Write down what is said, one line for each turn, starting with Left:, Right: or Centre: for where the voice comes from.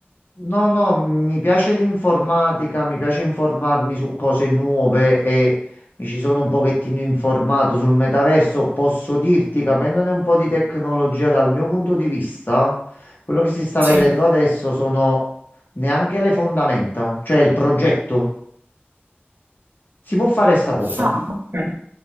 Left: No, no, mi piace l'informatica, mi piace informarmi su cose nuove e mi ci sono un pochettino informato sul metaverso. Posso dirti, capendone un po' di tecnologia dal mio punto di vista, quello che si sta
Right: Sì.
Left: vedendo adesso sono neanche le fondamenta, cioè il progetto. Si può fare sta cosa?
Right: Ah, ok.